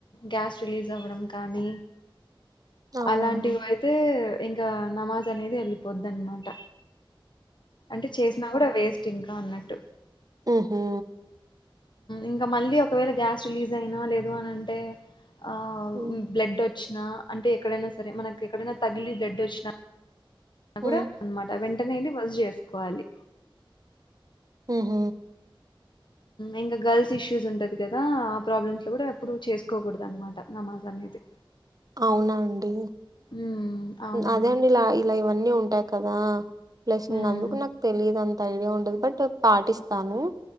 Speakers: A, on the left; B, on the right.
A: గ్యాస్ రిలీజ్ అవ్వడం కానీ
B: అవునండి.
A: అలాంటివి అయితే ఇంకా నమాజ్ అనేది వెళ్ళిపోద్ అనమాట ట అంటే చేసినా కూడా వే టి ఇంకా ఉన్నట్టు
B: ఉ హు
A: ఇంకా మళ్ళీ ఒకవేళ గ్యాస్ రిలీజ్ అయినా లేదు అనింటే ఆ
B: హ్మ్.
A: బ్లడ్ వచ్చినా అంటే ఎక్కడైనా సరే మనకి ఎక్కడైనా తగిలి బ్లడ్ వచ్చినా అప్పుడు
B: హ్మ్.
A: అనమాట వెంట నేను వెళ్లి వస చేసుకోవాలి
B: ఉహు
A: ఇంకా గర్ల్స్ ఇష్యూస్ ఉంటది కదా ఆ ప్రాబ్లమ్స్ లో కూడా ఎప్పుడు చేసుకోకూడదు అనమాట నమాజ్ అనేది
B: అవునా అండి
A: మ్మ్ అవునండి
B: అదే అండి ఇలా ఇలా అన్నీ ఉంటాయి కదా ప్లెస్సింగ్
A: మ్మ్
B: అందుకు నాకు తెలియదన్ ఐడియా ఉండదు బట్ పాటిస్తాను